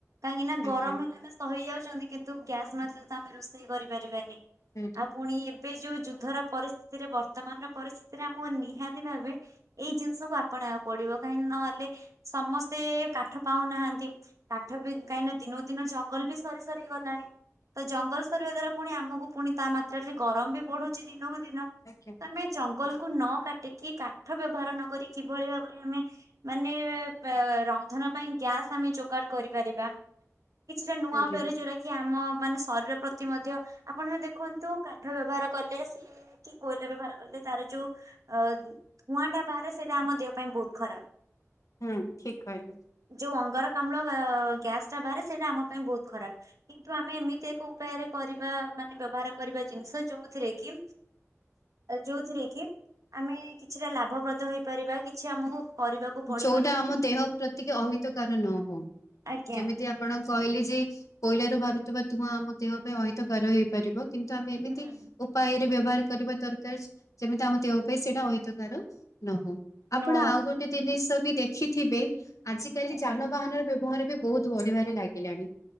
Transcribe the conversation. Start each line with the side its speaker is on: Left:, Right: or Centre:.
Right: କାହିଁକିନା
Left: ଆଜ୍ଞା
Right: ଗରମ ହେଲେ ଆମେ ସହିଯାଉଛନ୍ତି କିନ୍ତୁ ଗ୍ୟାସ୍ ନଥିଲେ ତ ଆମେ ରୋଷେଇ କରିପାରିବାନି।
Left: ସେଇଟା।
Right: ଆଉ ପୁଣି ଏବେ ଯୋଉ ଯୁଦ୍ଧର ପରିସ୍ଥିତିରେ ବର୍ତ୍ତମାନର ପରିସ୍ଥିତିରେ ଆମକୁ ନିହାତି ଭାବେ ଏଇ ଜିନିଷକୁୁ ଆପଣେଇବାକୁ ପଡିବ କାହିଁକି ନହେଲେ ସମସ୍ତେ କାଠ ପାଉନାହାନ୍ତି କାଠ ବି କାହିଁକିନା ଦିନକୁ ଦିନ ଜଙ୍ଗଲ ବି ସରି ସ ସରି ଗଲାଣି। ତ ଜଙ୍ଗଲ ସରିବା ଦ୍ଵାରା ପୁଣି ଆମକୁ ପୁଣି ତା ମାତ୍ରାରେ ଗରମ ବି ବଢଛି ଦିନକୁ ଦିନ।
Left: ଆଜ୍ଞା
Right: ଆମେ ଜଙ୍ଗଲକୁୁ
Left: ଆଜ୍ଞା
Right: ନ କାଟିକି କାଠ ବ୍ୟବହାର ନକ କିଭଳି ଭାବରେ ଆମେ ମାନେ ପେ ରନ୍ଧନ ପାଇଁ ଗ୍ୟାସ୍ ଆମେ ଯୋଗାଡ କରିପାରିବା। କିଛିଟା ନୂଆ
Left: ଆଜ୍ଞା
Right: ଉପରେ ଯୋଉରା କି ଆମ ମାନେ ଶରୀର ପ୍ରତି ମଧ୍ୟ ଆପଣମାନେ ଦେଖନ୍ତୁ କାଠ ବ୍ୟବହାର କଲେ ସେ କି କୋଇଲା ବ୍ୟବହାର କଲେ ତାର ଯୋଉ ଅ ଧୂଆଁ ଟା ବାହାରେ ସେଇଟା ଆମ ଦେହ ପାଇଁ ବହୁତ ଖରାପ।
Left: ହୁଁ ଠିକ କହିଲୁ।
Right: ଯୋଉ ଅଙ୍ଗାରକାମ୍ଳ ଆ ଗ୍ୟାସ ଟା ବାହାରେ ସେଇଟା ଆମ ପାଇଁ ବହୁତ ଖରାପ। କିନ୍ତୁ ଆମେ ଏମିତି ଏକ ଉପାୟରେ କରିବା ମାନେ ବ୍ୟବହାର କରିବା ଜିନିଷ ଯୋଉଥିରେ କି ଯୋଉଥିରେ କି ଆମେ କିଛିଟା ଲାଭପ୍ରଦ ହେଇପାରିବା କିଛି ଆମକୁ କରିବାକୁ ପଡିବ
Left: ଯୋଉଟା
Right: ନାହିଁ
Left: ଆମ ଦେହ ପ୍ରତିକ ଅହିତକାର ନ ହଉ
Right: ଆଜ୍ଞା
Left: ଯେମିତି ଆପଣ କହିଲେ ଯେ କୋଇଲାରୁ ବାହାରୁଥିବା ତୁଆଁ ଆମ ଦେହ ପାଇଁ ଅହତକାର ହେଇପାରିବ କିନ୍ତୁ ଆମେ
Right: ହୁଁ
Left: ଏମିତି ଉପାୟରେ ବ୍ୟବହାର କରିବା ଦରକାର ଯେମିତି ଆମ ଦେହ ପାଇଁ ସେଇଟା ଅହିତକାରାର ନହୁଉ ଆପଣ
Right: ନୋ
Left: ଆଉ ଗୋଟେ ଜିନିଷ ବି ଦେଖିଥିବେ ଆଜିକାଲି
Right: ଆଜ୍ଞା
Left: ଯାନବାହାନର ବ୍ୟବହାର ବି ବହୁତ ବଢିଆଢାରେ ଲାଗିଲାଣି